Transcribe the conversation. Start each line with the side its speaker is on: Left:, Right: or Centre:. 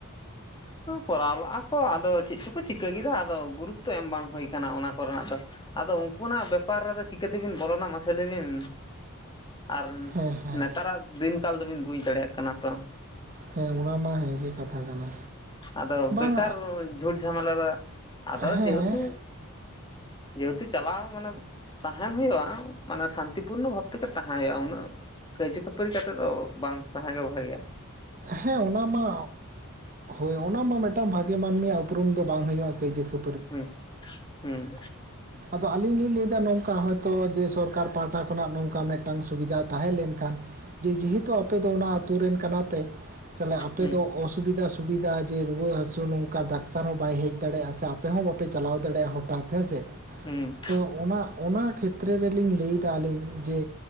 Left: ᱦᱚ ᱠᱚᱨᱟᱣ ᱞᱟᱜ-ᱟ ᱠᱚ ᱟᱫᱚ ᱪᱮᱜ ᱪᱚᱠᱚ ᱪᱤᱠᱟᱹ ᱠᱮᱫᱟ ᱟᱫᱚ ᱜᱩᱨᱩᱛᱛᱚ ᱮᱢ ᱵᱟᱝ ᱦᱩᱭ ᱠᱟᱱᱟ ᱚᱱᱟ ᱠᱚᱨᱮᱱᱟᱜ ᱫᱚ᱾ ᱟᱫᱚ ᱩᱱᱠᱩᱱᱟᱜ ᱵᱮᱯᱟᱨ ᱨᱮᱫᱚ ᱪᱤᱠᱟᱹ ᱛᱮᱵᱤᱱ ᱵᱚᱞᱚᱱᱟ ᱢᱟᱥᱮ ᱞᱟᱹᱭ ᱵᱤᱱ? ᱟᱨ
Right: ᱦᱮᱸ ᱦᱮᱸ
Left: ᱱᱮᱛᱟᱨᱟᱜ ᱫᱤᱱ ᱠᱟᱞ ᱫᱚᱵᱤᱱ ᱵᱩᱡᱽ ᱫᱟᱲᱮᱭᱟᱜ ᱠᱟᱱᱟ ᱛᱚ
Right: ᱦᱮᱸ ᱚᱱᱟ ᱢᱟ ᱦᱮᱸ ᱜᱮ ᱠᱟᱛᱷᱟ ᱠᱟᱱᱟ
Left: ᱟᱫᱚ ᱵᱮᱠᱟᱨ
Right: ᱵᱟᱝ
Left: ᱡᱷᱩᱴ ᱡᱷᱟᱢᱮᱞᱟ ᱨᱮ ᱟᱫᱚ
Right: ᱦᱮᱸ
Left: ᱡᱮᱦᱮᱛᱩ, ᱡᱮᱦᱮᱛᱩ ᱪᱟᱞᱟᱼᱟ ᱢᱟᱱᱮᱢ ᱛᱟᱦᱮᱸᱱ ᱦᱩᱭᱩᱜ-ᱟ ᱢᱟᱱᱮ ᱥᱟᱱᱛᱤᱯᱩᱨᱱᱚ ᱵᱷᱟᱵᱽ ᱛᱮᱜᱮ ᱛᱟᱦᱮᱸᱱ ᱦᱩᱭᱩᱜ-ᱟ᱾ ᱩᱱᱟᱹᱜ ᱠᱟᱹᱭᱡᱟᱹ ᱠᱷᱟᱹᱯᱟᱹᱨᱤ ᱠᱟᱛᱮᱜ ᱫᱚ ᱵᱟᱝ ᱛᱟᱦᱮᱸ ᱜᱮ ᱵᱷᱟᱹᱜᱮᱭᱟ᱾
Right: ᱦᱮᱸ ᱚᱱᱟᱢᱟ ᱦᱳᱭ ᱚᱱᱟ ᱢᱟ ᱢᱤᱜᱴᱟᱝ ᱵᱷᱟᱜᱮ ᱢᱟᱹᱱᱢᱤᱭᱟᱜ ᱩᱯᱨᱩᱢ ᱫᱚ ᱵᱟᱝ ᱦᱩᱭᱩᱜ-ᱟ ᱠᱟᱹᱡᱟᱹ ᱠᱚ᱾
Left: ᱦᱩᱸ ᱦᱩᱸ
Right: ᱟᱫᱚ ᱟᱹᱞᱤᱧ ᱞᱤᱧ ᱞᱟᱹᱭ ᱫᱟ ᱱᱚᱝᱠᱟ ᱦᱚᱭᱛᱳ ᱡᱮ ᱥᱚᱨᱠᱟᱨ ᱯᱟᱦᱟᱴᱟ ᱠᱷᱚᱱᱟᱜ ᱱᱚᱝᱠᱟ ᱢᱤᱜᱴᱟᱝ ᱥᱩᱵᱤᱫᱷᱟ ᱛᱟᱦᱮᱸ ᱞᱮᱱᱠᱷᱟᱱ ᱡᱮ ᱡᱮᱦᱮᱛᱩ ᱟᱯᱮ ᱫᱚ ᱚᱱᱟ ᱟᱹᱛᱩ ᱨᱮᱱ ᱠᱟᱱᱟ ᱯᱮ ᱪᱟᱞᱮ ᱟᱯᱮ
Left: ᱦᱮᱸ
Right: ᱫᱚ ᱚᱥᱩᱵᱤᱫᱟᱥ ᱥᱩᱵᱤᱫᱷᱟ ᱡᱮ ᱨᱩᱣᱟᱹ ᱦᱟᱹᱥᱩ ᱱᱚᱝᱠᱟ ᱰᱟᱠᱛᱟᱨ ᱦᱚᱸ ᱵᱟᱭ ᱦᱮᱡ ᱫᱟᱲᱮᱭᱟᱜ-ᱟ ᱥᱮ ᱟᱯᱮ ᱦᱚᱸ ᱵᱟᱯᱮ ᱪᱟᱞᱟᱣ ᱫᱟᱲᱮᱭᱟᱜ-ᱟ ᱦᱚᱴᱟᱛ ᱦᱮᱸᱥᱮ
Left: ᱦᱩᱸ᱾
Right: ᱛᱚ ᱚᱱᱟ ᱚᱱᱟ ᱠᱷᱮᱛᱨᱮ ᱨᱮᱞᱤᱧ ᱞᱟᱹᱭᱫᱟ ᱟᱹᱞᱤᱧ ᱡᱮ